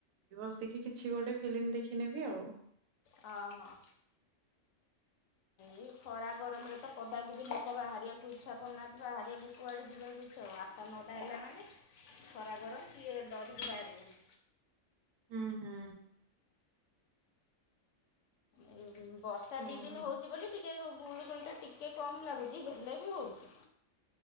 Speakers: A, on the right (about 85°); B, on the left (about 70°).
A: ବସିକି କିଛି ଗୋଟେ ଫିଲିମ୍ ଦେଖିନେବି ଆଉ।
B: ଅ ହଁ। ଏଇ ଖରା ଗରମରେ ତ ପଦାକୁ ବି ଲୋକ ବାହାରିବାକୁ ଇଚ୍ଛା କରୁନାହାନ୍ତି ବାହାରିବାକୁ କୁଆଡେ ଯିବେ କିଛି ଆଉ ଆଠଟା ନଅଟା ହେଲା ମାନେ। ଖରା ଗରମ କିଏ ଡରିକି ବାହାରିବେନି।
A: ହୁଁ ହୁଁ।
B: ଏ ବର୍ଷା
A: ହୁଁ।
B: ଦି ଦିନ ହୋଉଛି ବୋଲିି ଟି ଟିକେ ଗୁଳ ଗୋଳି ଟା ଟିକେ କମ ଲାଗୁଛି ହେଲେ ବି ହଉଛି।